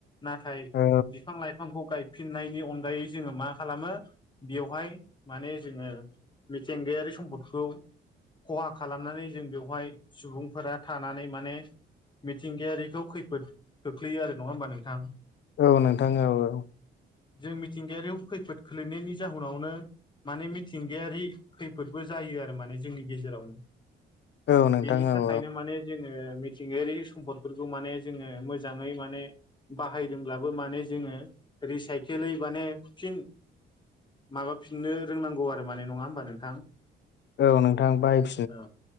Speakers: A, on the left; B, on the left.
A: नाथाय
B: औ
A: बिफां लाइफांखौ गाय फिननायनि अनगायै जोङो मा खालामो बेवहाय माने जोङो मिथिंगायारि सम्पदखौ खहा खालामनानै जों बेवहाय सुबुंफोरा थानानै माने मिथिंगायारिखौ खैफोद खोख्लैयो आरो नङा होमबा नोंथां
B: औ नोंथां औ औ
A: जों मिथिंगायारि खैफोद खोलैनायनि जाहोनावनो माने मिथिंगायारि खैफोदबो जायो आरो माने जोंनि गेजेरावनो
B: औ औ नोंथां
A: बेनि थाखायनो
B: औ
A: माने जोङो मिथिंगायारि सम्पदफोरखौ माने जोङो मोजाङै माने बाहायदोंब्लाबो माने जोङो रिसाइकेलै माने फिन माबाफिननो रोंनांगौ आरो माने नङा होमबा नोंथां
B: औ नोंथां बाइक
A: औ